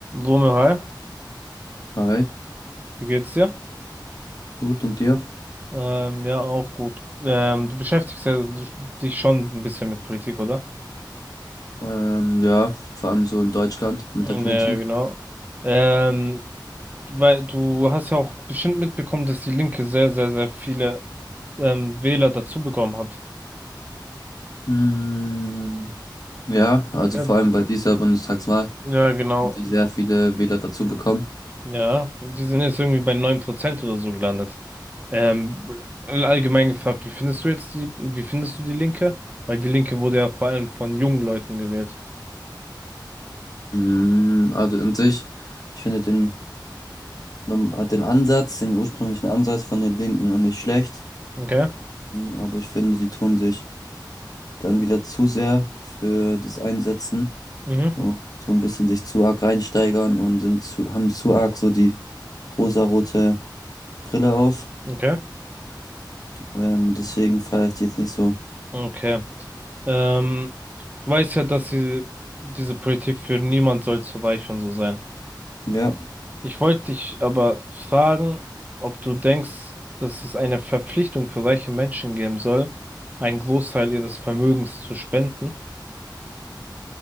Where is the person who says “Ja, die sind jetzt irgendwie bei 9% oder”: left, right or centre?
Right